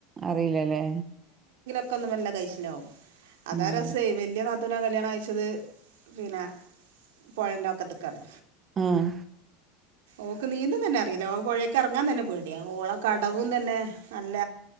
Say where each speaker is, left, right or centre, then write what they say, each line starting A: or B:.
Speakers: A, on the right (about 25°); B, on the right (about 85°).
A: അറിയില്ലല്ലേ
B: ക്കൊന്നും വല്ല കയസിലാവും അതാ
A: ഉം
B: രസേ വല്യ ന ത്തൂനെ കല്യാണം കഴിച്ചത് പിന്നെ പൊഴെന്റെ വക്കെത്ത്ക്കാണ്
A: ആഹ്
B: ഓക്ക് നീ ന്തം തന്നെ അറി ലോ പാെഴേക്കെർങ്ങാൻ തന്നെ പേട്യാ ഓളെ കടവും തന്നെ അല്ല